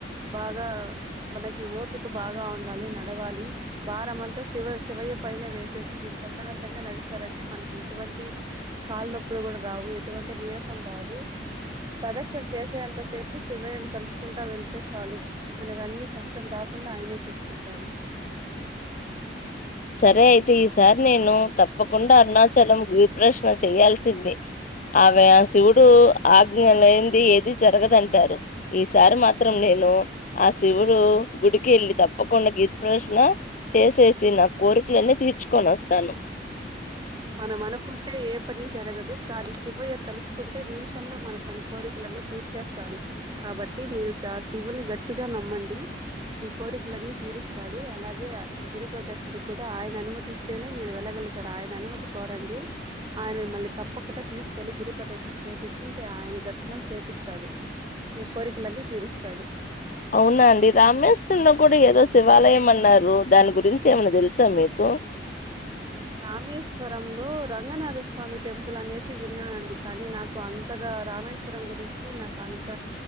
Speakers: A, on the right; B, on the left.
A: బాగా మనకి ఓపిక బాగా ఉండాలి నడవాలి భారం అంతా శివ శివయ్య పైన వేసేసి మీరు ప్రశాంతంగా నడిచారంటే మనకి ఎటువంటి కాళ్ నొప్పులు గుడా రావు ఎటువంటి నీరసం రాదు ప్రదక్షణ చేసే అంత సేపు శివయ్యని తలుచుకుంటా వెళ్తే చాలు మనకు అన్ని కష్టం కాకుండా ఆయనే చూసుకుంటాడు
B: సరే అయితే ఈసార్ నేను తప్పకుండా అరుణాచలం గిర్ ప్రక్షణ చేయాల్సిందే ఆమె ఆ శివుడూ ఆజ్ఞలేంది ఏది జరగదంటారు ఈసారి మాత్రం నేను ఆ శివుడు గుడికి ఎళ్ళి తప్పకుండా గిరిప్రదర్క్షణ చేసేసి నాక్ కోరుక్లన్నీ తీర్చుకొన్ ఒస్తాను
A: మనం అనుకుంటే ఏ పని జరగదు కానీ శివయ్య తలుచుకుంటే నిమిషంలో మన పని కోరికలన్నీ తీర్చేస్తాడు కాబట్టి మీరు శివుని గట్టిగా నమ్మండి మీ కోరికలన్నీ తీరుస్తాడు అలాగే గిరి ప్రదర్శనకు కూడా ఆయన అనుమతి ఇస్తేనే మీరు వెళ్ళగలుగుతారు ఆయన అనుమతి కోరండి ఆయన మిమ్మల్ని తప్పకుండా తీసుకెల్లి గిరిప్రదక్షిణ చేయిచ్చి ఆయన దర్శనం చేపిస్తాడు మీ కోరికలన్నీ తీరుస్తాడు
B: అవునా అండి రామేశ్వరంలో కూడా ఏదో శివాలయం అన్నారు దాని గురించి ఏమైన తెలుసా మీకు
A: రామేశ్వరంలో రంగనాథ స్వామి టెంపుల్ అనేసి విన్నానండి కానీ నాకు అంతగా రామేశ్వరం గురించి నాకు అంత